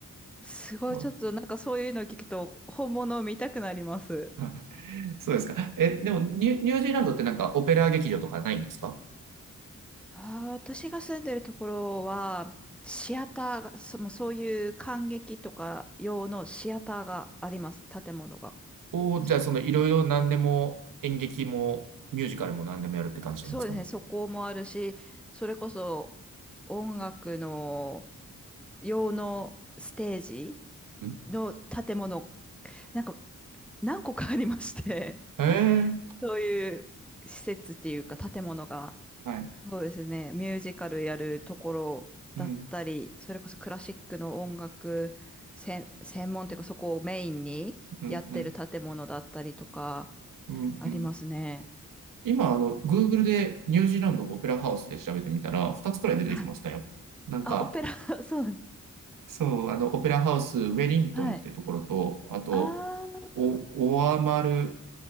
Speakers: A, in the centre; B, on the right (about 80°).
A: すごい。
B: うん
A: ちょっとなんかそういうのを聞くと、ほ本物を見たくなります。
B: <laughs> そうですか。え、でもニュ、ニュージーランドってなんかオペラ劇場とかないんですか
A: ああ、私が住んでるところは、シアターが、そ、もうそういう観劇とか用のシアターがあります。建物が。
B: おー、
A: もうそ、
B: じゃあ、そのいろいろ何でも演劇もミュージカルも何でもやるって感じなんですかね。
A: そうですね。そこもあるし、それこそ音楽の用のステージ
B: うん
A: の建物、なんか何個かありまして、<laughs>
B: へえ、
A: そういう施設っていうか建物が。
B: はい。
A: そうですね。ミュージカルやるところだったり、
B: うん、
A: それこそクラシックの音楽専専門っていうかそこをメインにやってる建物だったりとか
B: うん、うん、うん、
A: ありますね。
B: うん。今、あの、Google でニュージーランドオペラハウスで調べてみたら、2つくらい出てきましたよ。
A: はい。
B: なんか、
A: あ、オペラ、<laughs> そう。
B: そう、あの、オペラハウス、ウェリントンっていうところと、
A: はい。
B: あと、
A: あー
B: お、オアマル